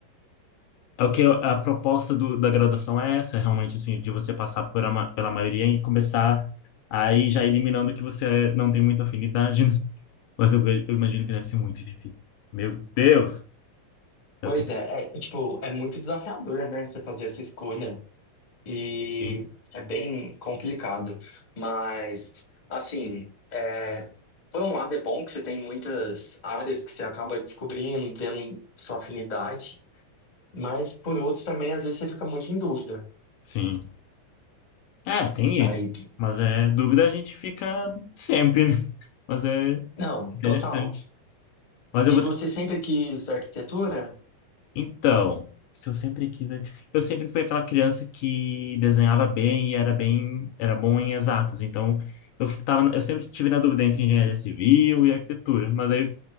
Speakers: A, on the left; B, on the left.
A: É o que eu- a proposta do- da graduação é essa, realmente, assim, de você passar por a ma- pela maioria e começar aí já eliminando que você não tem muita afinidade, né? <laughs> Mas eu, ve- eu imagino que deve ser muito difícil. Meu Deus! Deve
B: Pois
A: ser muito
B: é, é, é, tipo, é muito desafiador, né, você fazer essa escolha. E
A: difícil.
B: é bem complicado. Mas, assim, é, por um lado é bom que você tem muitas áreas que você acaba descobrindo, tendo sua afinidade, mas por outro também, às vezes, você fica muito em dúvida.
A: Sim. É, tem
B: Aí,
A: isso. Mas é dúvida a gente fica sempre, né? Mas é
B: não,
A: interessante.
B: total.
A: Mas eu
B: E
A: vou
B: você sempre quis arquitetura?
A: Então, se eu sempre quis, é, eu sempre fui aquela criança que desenhava bem e era bem, era bom em exatas. Então, eu tava, eu sempre tive na dúvida entre engenharia civil e arquitetura, mas aí